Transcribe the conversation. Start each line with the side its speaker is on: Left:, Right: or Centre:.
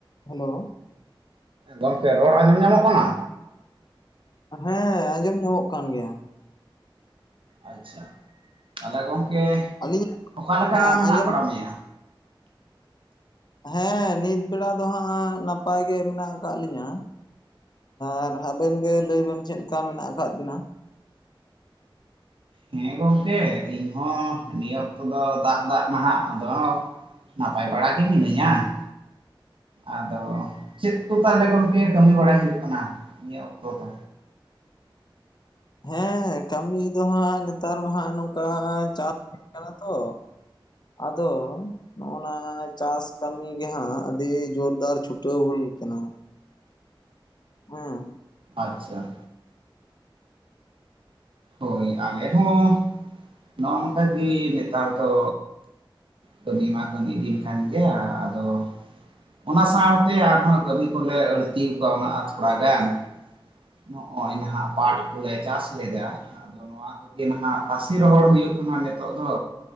Left: Hello
Right: ᱜᱚᱝᱠᱮ ᱨᱚᱲ ᱟᱸᱡᱚᱢ ᱧᱟᱢᱚᱜ ᱠᱟᱱᱟ᱾
Left: ᱦᱮᱸ ᱟᱸᱡᱚᱢ ᱧᱟᱢᱚᱜ ᱠᱟᱱ ᱜᱮᱭᱟ᱾
Right: ᱟᱪᱪᱷᱟ ᱛᱟᱦᱚᱞᱮ ᱜᱚᱝᱠᱮ
Left: ᱟᱹᱞᱤᱧᱟᱜ
Right: ᱚᱠᱟᱞᱮᱠᱟ
Left: ᱦᱮᱸ,
Right: ᱢᱮᱱᱟᱜ
Left: ᱟᱸᱡᱚᱢ
Right: ᱵᱟᱲᱟ ᱢᱮᱭᱟ᱾
Left: ᱦᱮᱸ ᱱᱤᱛ ᱵᱮᱲᱟ ᱫᱚ ᱦᱟᱸᱜ ᱱᱟᱯᱟᱭ ᱜᱮ ᱢᱮᱱᱟᱜ ᱟᱠᱟᱫ ᱞᱤᱧᱟᱸ᱾ ᱟᱨ ᱟᱵᱮᱱ ᱜᱮ ᱞᱟᱹᱭ ᱵᱮᱱ ᱪᱮᱫ ᱞᱮᱠᱟ ᱢᱮᱱᱟᱜ ᱟᱠᱟᱫ ᱵᱤᱱᱟ᱾
Right: ᱦᱮᱸ ᱜᱚᱢᱠᱮ ᱤᱧᱦᱚᱸ ᱱᱤᱭᱟᱹ ᱚᱠᱛᱚ ᱫᱚ ᱫᱟᱜ ᱫᱟᱜ ᱱᱟᱦᱟᱜ ᱟᱫᱚ ᱱᱟᱯᱟᱭ ᱵᱟᱲᱟ ᱜᱮ ᱢᱤᱱᱟᱹᱧᱟ᱾ ᱟᱫᱚ ᱪᱮᱫ ᱠᱚ ᱛᱟᱦᱚᱞᱮ ᱜᱚᱢᱠᱮ ᱠᱟᱹᱢᱤ ᱵᱟᱲᱟᱭ ᱦᱩᱭᱩᱜ ᱠᱟᱱᱟ ᱱᱤᱭᱟᱹ ᱚᱠᱛᱚ ᱫᱚ᱾
Left: ᱦᱮᱸ ᱠᱟᱹᱢᱤ ᱫᱚ ᱦᱟᱸᱜ ᱱᱮᱛᱟᱨ ᱢᱟ ᱦᱟᱜ ᱱᱚᱝᱠᱟ ᱪᱟᱥ ᱦᱩᱭ ᱠᱟᱱᱟ ᱛᱚ᱾ ᱟᱫᱚ ᱱᱚᱜ-ᱱᱟ ᱪᱟᱥ ᱠᱟᱹᱢᱤ ᱜᱮ ᱦᱟᱸᱜ ᱟᱹᱰᱤ ᱡᱳᱨᱫᱟᱨ ᱪᱷᱩᱴᱟᱹᱣ ᱦᱩᱭ ᱟᱠᱟᱱᱟ ᱦᱮᱸ
Right: ᱟᱪᱪᱷᱟ ᱦᱳᱭ ᱟᱞᱮ ᱦᱚᱸ ᱱᱚᱜᱼᱱᱚᱝᱠᱟᱜᱮ ᱱᱮᱛᱟᱨ ᱫᱚ ᱠᱟᱹᱢᱤ ᱢᱟ ᱠᱟᱹᱢᱤ ᱫᱤᱱ ᱠᱟᱱ ᱜᱮᱭᱟ ᱟᱫᱚ ᱚᱱᱟ ᱥᱟᱶᱛᱮ ᱟᱨᱦᱚᱸ ᱠᱟᱹᱢᱤ ᱠᱚᱞᱮ ᱟᱹᱲᱛᱤ ᱠᱟᱣᱱᱟᱜ-ᱟ ᱛᱷᱚᱲᱟ ᱜᱟᱱ ᱱᱚᱜ -ᱚᱭ ᱱᱟᱦᱟᱜ ᱯᱟᱴ ᱠᱚᱞᱮ ᱪᱟᱥ ᱞᱮᱫᱟ ᱟᱫᱚ ᱱᱚᱣᱟ ᱠᱚᱜᱤ ᱱᱟᱦᱟᱜ ᱛᱟᱥᱤ ᱨᱚᱦᱚᱲ ᱦᱩᱭᱩᱜ ᱠᱟᱱᱟ ᱱᱤᱛᱚᱜ ᱫᱚ,